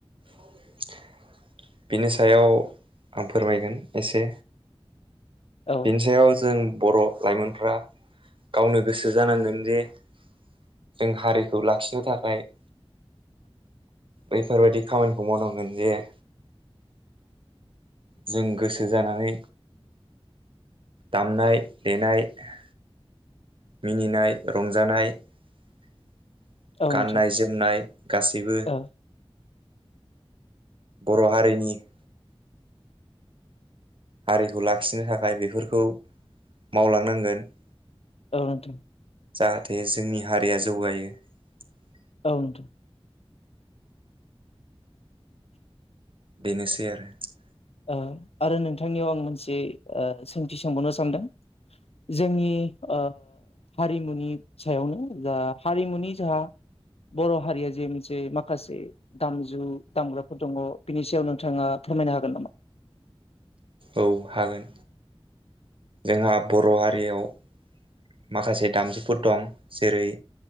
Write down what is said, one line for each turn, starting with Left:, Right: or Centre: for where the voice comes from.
Right: <inaudible> बिनि सायाव आं फोरमायगोन एसे
Left: औ
Right: बिनि सायाव जों । बर' लाइमोनफ्रा गावनो गोसो जानांगोन जे । जों हारिखौ लाखिनो थाखाय । बैफोरबायदि खामानिखौ मावनांगोन जे । जों गोसो जानानै दामनाय- देनाय । मिनिनाय- रंजानाय ।
Left: औ
Right: गाननाय
Left: नोंथां
Right: -जोमनाय गासैबो ।
Left: औ
Right: बर' हारिनि । हारिखौ लाखिनो थाखाय बेफोरखौ मावलांनांगोन ।
Left: औ नोंथां ।
Right: जाहाथे जोंनि हारिया जौगायो ।
Left: औ नोंथां ।
Right: बेनोसै आरो ।
Left: ओ आरो नोंथांनियाव आं मोनसे ओ सोंथि सोंबावनो सानदों । जोंनि ओ हारिमुनि सायावनो जा हारिमुनि जाहा बर' हारिया जे मोनसे माखासे दामजु दामग्राफोर दङ बिनि सायाव नोंथाङा । फोरमायनोहागोन नामा ।
Right: औ हागोन जोंहा बर' हारियाव । माखासे दामजुफोर दं जेरै